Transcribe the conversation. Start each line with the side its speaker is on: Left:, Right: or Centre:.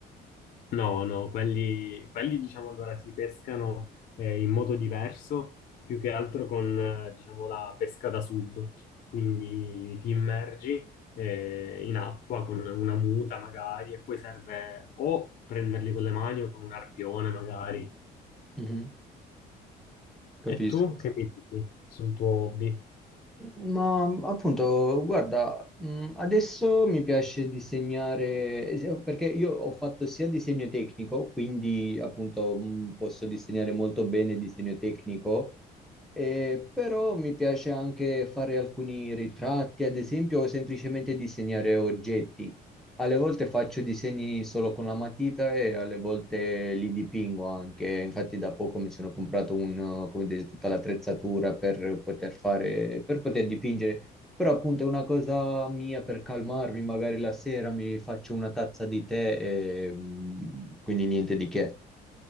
Left: No, no, quelli, quelli, diciamo allora si pescano eh, in modo diverso, più che altro con eh, diciamo la pesca da sub, quindi ti immergi eh, in acqua con una muta magari e poi serve o prenderli con le mani o con un arpione magari.
Centre: Mhm. Capisco.
Left: E tu che mi dici sul tuo hobby?
Centre: Ma appunto, guarda, mh, adesso mi piace disegnare, eh, perché io ho fatto sia disegno tecnico, quindi appunto mh, posso disegnare molto bene disegno tecnico, eh, però mi piace anche fare alcuni ritratti, ad esempio, o semplicemente disegnare oggetti. Alle volte faccio disegni solo con la matita e alle volte li dipingo anche. Infatti da poco mi sono comprato un, eh, come dire, tutta l'attrezzatura per poter fare, per poter dipingere. Però appunto è una cosa mia per calmarmi, magari la sera mi faccio una tazza di tè e mm, quindi niente di che.